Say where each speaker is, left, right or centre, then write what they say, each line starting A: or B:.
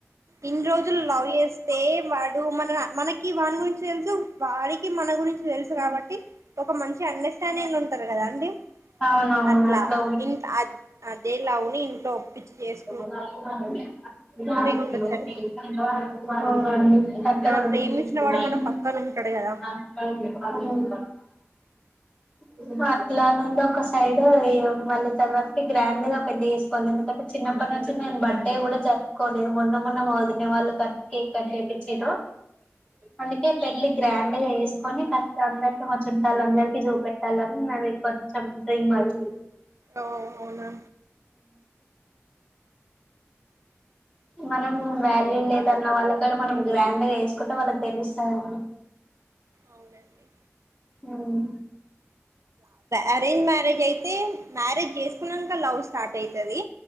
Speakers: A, on the right (about 90°); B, on the left (about 20°).
A: ఇన్ని రోజులు లవ్ చేస్తే వాడు మన మనకి వాని గురించి ఏం తెలుసు వాడికి మన గురించి తెలుసు కాబట్టి ఒక మంచి అండర్స్టాండింగ్ ఉంటది కదా అండి
B: అవునవును
A: అట్లా
B: ఆ
A: ఇంట్ అదేలవుని ఇంట్లో ఒప్పించి చేసు
B: <inaudible>
A: ఉండొచ్చండి
B: ది
A: మన ప్రేమించిన వాడు మన పక్కన
B: <inaudible>
A: ఉంటాడు కదా
B: అట్లా నుండి ఒక సైడ్ మళ్ళీ తర్వాత గ్రాండ్ గా పెళ్లి చేసుకోవాలి ఎందుకంటే చిన్న ప్పటి నుంచి నేను బర్త్డే కూడా జరుపుకోలేదు మొన్న మొన్న మా వొదిన వాళ్ళు కట్ కేక్ కట్ చేపించుండ్రు అందుకే పెళ్లి గ్రాండ్ గా చేసుకొని ఫ అందరికి మా చుట్టాలు అందరికి చూపెట్ అలా నవేక్వ డ్రైంగ్ మ ఉ
A: ఆ అవునా
B: మనం
A: ఈ
B: వాల్యూ లేదన్న వాళ్ళ కాడ మనం గ్రాండ్ గా చేసుకుంటే వాళ్ళకి తెలుస్తాందండి
A: అవునండి
B: హ్మ్మ్
A: అరేంజ్ మ్యారేజ్ అయితే మ్యారేజ్ చేసుకున్నాక లవ్ స్టార్ట్ అయితది